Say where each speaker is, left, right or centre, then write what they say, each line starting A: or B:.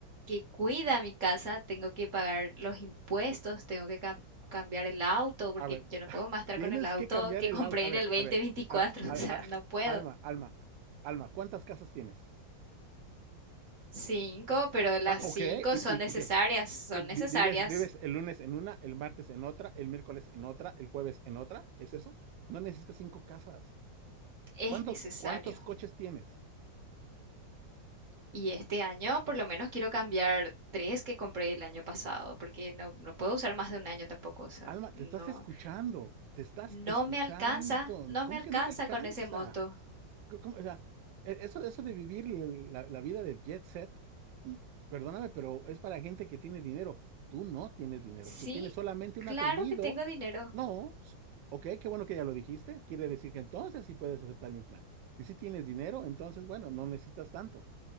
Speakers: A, on the right; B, on the right.
A: que cuida mi casa, tengo que pagar los impuestos, tengo que cam- cambiar el auto, porque
B: A ver.
A: yo no puedo más estar
B: Tienes
A: con el auto
B: que cambiar
A: que
B: el
A: <laughs> compré
B: auto. A
A: en
B: ver,
A: el dos mil
B: a ver,
A: veinticuatro.
B: a ver, al-
A: <laughs> o sea,
B: al-
A: no puedo.
B: alma, alma, alma, ¿cuántas casas tienes?
A: Cinco, pero las
B: Va, ok,
A: cinco
B: ¿y,
A: son
B: y-
A: necesarias,
B: y qué?
A: son
B: ¿Qué vi-
A: necesarias,
B: vives, vives el lunes en una, el martes en otra, el miércoles en otra, el jueves en otra? ¿Es eso? No necesitas cinco casas.
A: Es
B: ¿Cuánto,
A: necesario.
B: cuántos coches tienes?
A: Y este año por lo menos quiero cambiar tres que compré el año pasado, porque no, no puedo usar más de un año tampoco. O sea,
B: Alma, te
A: no,
B: estás escuchando, te estás
A: no
B: escuchando.
A: me alcanza, no
B: ¿Cómo
A: me alcanza
B: que no te alcanza?
A: con ese monto.
B: co- ¿Cómo? O sea, e- eso, eso de vivir el- la, la vida de jet set, mm, perdóname, pero es para gente que tiene dinero. Tú no tienes dinero,
A: Sí,
B: tú tienes solamente
A: claro
B: un apellido.
A: que tengo dinero.
B: No, s- ok, qué bueno que ya lo dijiste. Quiere decir que entonces sí puedes aceptar mi plan. Y si tienes dinero, entonces, bueno, no necesitas tanto.